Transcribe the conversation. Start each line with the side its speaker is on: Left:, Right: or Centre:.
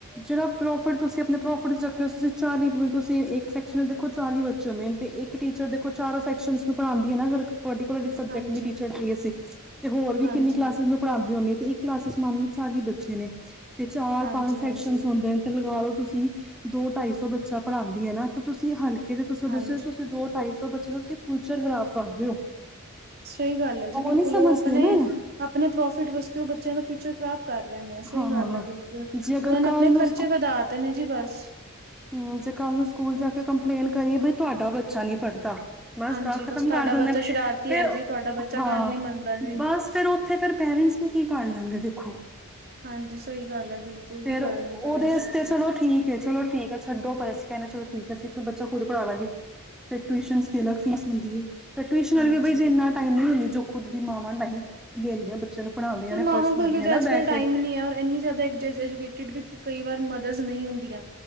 Centre: ਜਿੜਾ ਪ੍ਰੋਫਿਟ ਤੁਸੀਂ ਆਪਣੇ ਪ੍ਰੋਫਿਟ ਦੇ ਚੱਕਰ 'ਚ ਤੁਸੀਂ ਚਾਲੀ ਤੁਸੀਂ ਇੱਕ ਸੈਕਸ਼ਨ 'ਚ ਦੇਖੋ ਚਾਲੀ ਬੱਚੇ ਹੁੰਦੇ ਨੇ। ਅਤੇ ਇੱਕ ਟੀਚਰ ਦੇਖੋ ਚਾਰੇ ਸੈਕਸ਼ਨ ਨੂੰ ਪੜਾਂਦੀ ਐ ਨਾ ਫਿਰ ਕੌਡੀਕੁਲ ਵਿਚ ਸਬਜੈਕਟ
Right: ਹਾਂਜੀ
Centre: ਦੇ ਟੀਚਰ ਕਿਹੜੇ ਸੀ। ਤੇ ਹੋਰ ਵੀ
Right: ਹਾਂਜੀ
Centre: ਕਿੰਨੀ ਕਲਾਸ ਪੜਾਂਦੇ ਹੁੰਦੇ ਕਈ ਕਲਾਸਿਸ ਮਨ ਲੋ ਚੌਵੀ ਬੱਚੇ ਨੇ ਚਾਰ
Right: ਹਾਂਜੀ
Centre: ਪੰਜ
Right: ਹਾਂਜੀ
Centre: ਸੈਕਸ਼ਨ ਹੁੰਦੇ ਨੇ। ਲਗਾ ਲਓ ਤੁਸੀਂ ਦੋ ਢਾਈ ਸੌ ਬੱਚਾ ਪੜ੍ਹਾਦੀ ਆਂ ਨਾ। ਤੇ ਤੁਸੀਂ ਹਲਕੇ ਦੇ ਤੁਸੀਂ
Right: ਹਾਂਜੀ
Centre: ਦੱਸੋ ਤੁਸੀਂ ਦੋ ਢਾਈ ਸੌ ਬੱਚੇ ਦਾ ਤੁਸੀਂ ਫਿਊਚਰ ਖ਼ਰਾਬ ਕਰਦੇ ਹੋ।
Right: ਸਹੀ ਗੱਲ ਐ ਜੀ ਬਿਲਕੁਲ
Centre: ਨੀ ਸਮਝਦੇ
Right: ਉਹ ਆਪਣੇ,
Centre: ਨਾ
Right: ਆਪਣੇ ਪ੍ਰੋਫਿਟ ਵਾਸਤੇ ਉਹ ਬੱਚਿਆਂ ਦਾ ਫਿਊਚਰ ਖਰਾਬ ਕਰ ਰਹੇ ਨੇ ਸਹੀ
Centre: ਹਾਂ
Right: ਗੱਲ ਐ ਬਿਲਕੁਲ,
Centre: ਜੇ ਅਗਰ
Right: ਉਹਨਾਂ ਨੇ
Centre: ਕੱਲ
Right: ਆਪਣੇ
Centre: ਨੂੰ
Right: ਖਰਚੇ ਵਧਾ ਤੇ ਨੇ ਜੀ ਬਸ
Centre: ਹਮ ਜੇ ਕੱਲ ਨੂੰ ਸਕੂਲ ਜਾ ਕੇ ਕੰਪਲੇਂਨ ਕਰੀਏ ਬਈ ਤੁਹਾਡਾ ਬੱਚਾ ਨੀ ਪੜ੍ਹਦਾ। ਬਸ
Right: ਹਾਂਜੀ
Centre: ਗਰ ਖ਼ਤਮ
Right: ਤੁਹਾਡਾ
Centre: ਕਰ ਦਿੰਦੇ
Right: ਬੱਚਾ
Centre: ਨੇ।
Right: ਸ਼ਰਾਰਤੀ
Centre: ਫਿਰ,
Right: ਹੈ ਜੀ ਤੁਹਾਡਾ ਬੱਚਾ
Centre: ਹਾਂ,
Right: ਗੱਲ ਨੀ ਮੰਨਦਾ ਜੀ
Centre: ਬਸ ਫਿਰ ਉੱਥੇ ਫਿਰ ਪੈਰੈਂਟਸ ਨੂੰ ਕੀ ਕਾਰਢ ਲੈਣਗੇ ਦੇਖੋ।
Right: ਹਾਂਜੀ ਸਹੀ ਗੱਲ ਐ ਬਿਲਕੁਲ
Centre: ਫੇਰ
Right: ਕੀ ਕਰਨਗੇ
Centre: ਉਹਦੇ
Right: ਪੈਰੈਂਟਸ
Centre: ਵਾਸਤੇ
Right: ਉਸ ਦਿਨ
Centre: ਚਲੋ ਠੀਕ ਹੈ ਚਲੋ ਠੀਕ ਛੱਡੋ ਪਰ ਅਸੀ ਕਹਿੰਨੇ ਚਲੋ ਠੀਕ ਆਂ ਬੱਚੇ ਖੁਦ ਪੜ੍ਹਾ ਲਾ ਗੇ। ਫਿਰ ਟਿਊਸ਼ਨ ਦੀ ਅਲੱਗ ਫੀਸ ਹੁੰਦੀ ਏ। ਫਿਰ ਟਿਊਸ਼ਨ
Right: ਹਾਂਜੀ
Centre: ਵਾਲੀ ਵੀ ਬਈ ਜੇ ਇਨਾ ਇਹਨਾ ਹੈਨੀ ਜੋ ਖੁਦ ਦੀ ਮਾਵਾਂ ਟਾਈਮ ਦਿੰਦੀਆਂ ਬੱਚੇ ਨੂੰ ਪੜ੍ਹਾਉਂਦੀਆਂ
Right: ਪਰ
Centre: ਨੇ
Right: ਮਾਵਾਂ
Centre: ਪਰਸਨਲੀ
Right: ਕੋਲ ਵੀ
Centre: ਹਨਾ
Right: ਤਾਂ ਅੱਜ-ਕਲ
Centre: ਬਹਿ
Right: ਟਾਈਮ
Centre: ਕੇ
Right: ਨਹੀਂ ਐ। ਔਰ ਇੰਨੀ ਜ਼ਿਆਦਾ <unintelligible> ਕਈ ਵਾਰ ਮਦਰਸ ਨਹੀਂ ਹੁੰਦੀਆਂ।